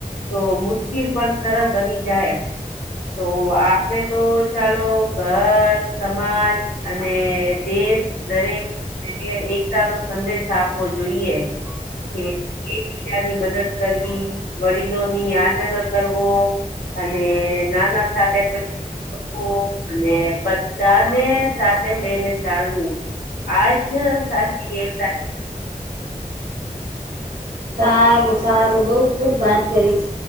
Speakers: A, on the left; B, on the right.
A: તો મુશ્કેલ પણ સરળ બની જાય. તો આપને તો ચાલો ઘર સમાજ અને દેશ દરેક એ કે એકતા નો સંદેશ આપવો જોઈએ. કે એકબીજાની મદદ કરવી વડીલો ની આદર કરવો. અને નાના થા પછી <unintelligible> અને બધાને સાથે લઈને ચાલવું આજ સાચી એકતા
B: સારું સારું બઉ ખુબ વાત કરી છે.